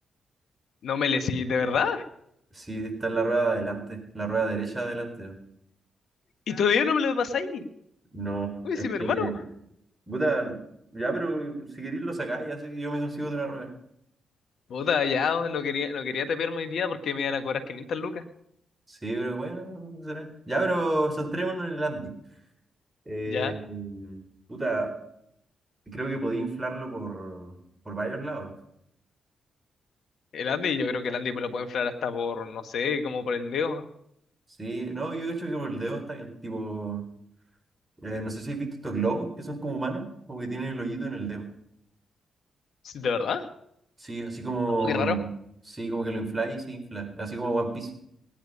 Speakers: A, on the left; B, on the right.
A: No me le sí, ¿de verdad?
B: Sí, está en la rueda de adelante, la rueda derecha de adelante.
A: ¿Y todavía no me lo pasáis?
B: No,
A: Uy,
B: es
A: sí, mi
B: que,
A: hermano.
B: puta, ya, pero si queréis lo sacáis, así yo me consigo otra rueda.
A: Puta, ya, oh, no quería, no quería tapearme hoy día porque me iban a cobrar 500 lucas.
B: Sí, pero bueno, no será. Ya, pero centrémonos en el Andy. Eh,
A: Ya.
B: puta, creo que podía inflarlo por, por varios lados.
A: El Andy, yo creo que el Andy lo puede inflar hasta por, no sé, como por el dedo.
B: Sí, no, yo hecho que por el dedo está bien. Tipo, eh, no sé si has visto estos globos que son como humanos, como que tienen el hoyito en el dedo.
A: Sí, ¿De verdad?
B: Sí, así como,
A: No, qué raro.
B: sí, como que lo infla y se infla, así como One Piece.